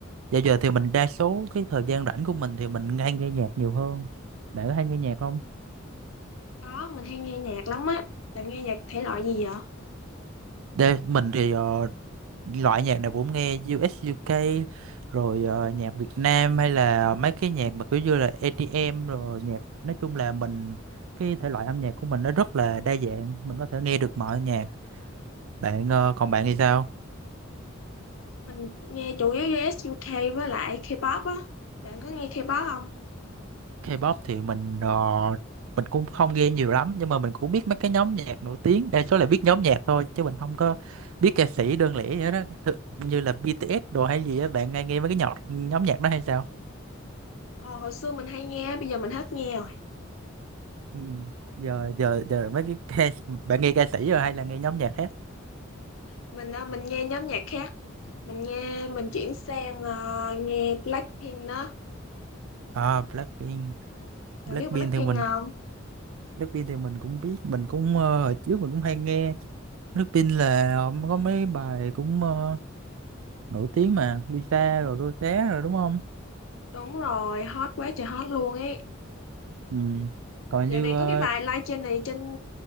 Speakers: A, on the right; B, on the left.
A: dạo giờ thì mình đa số cái thời gian rảnh của mình thì mình hay nghe nhạc nhiều hơn bạn có hay nghe nhạc không
B: Có, mình hay nghe nhạc lắm á. Bạn nghe nhạc thể loại gì vậy?
A: đây mình thì ờ, loại nhạc nào cũng nghe U.S. u UK rồi ờ, nhạc Việt Nam hay là mấy cái nhạc mà kiểu như là EDM rồi nhạc nói chung là mình cái thể loại âm nhạc của mình nó rất là đa dạng mình có thể nghe được mọi nhạc bạn ờ, còn bạn thì sao
B: Mình nghe chủ yếu US UK với lại K-pop á. Bạn có nghe K-pop không?
A: K-pop thì mình ờ, mình cũng không nghe nhiều lắm nhưng mà mình cũng biết mấy cái nhóm nhạc nổi tiếng đa số là biết nhóm nhạc thôi chứ mình không có biết ca sĩ đơn lẻ vậy đó Thực- như là BTS đồ hay gì á bạn nghe nghe mấy cái nhạc nhóm nhạc đó hay sao
B: Ờ, hồi xưa mình hay nghe, bây giờ mình hết nghe rồi.
A: ừ. giờ giờ giờ mấy cái ca- bạn nghe ca sĩ rồi hay là nghe nhóm nhạc khác
B: Mình ờ, mình nghe nhóm nhạc khác. Mình nghe mình chuyển sang ờ, nghe Blackpink đó.
A: à Blackpink
B: Bạn
A: Blackpink
B: biết Blackpink
A: thì mình
B: không?
A: Blackpink thì mình cũng biết mình cũng ờ, hồi trước mình cũng hay nghe Blackpink là ờ, có mấy bài cũng ờ, nổi tiếng mà Lisa rồi Rosé rồi đúng không
B: Đúng rồi, hot quá trời hot luôn ấy.
A: Ừ. Còn
B: Dạo
A: như
B: này
A: ờ,
B: có cái bài live trên này trên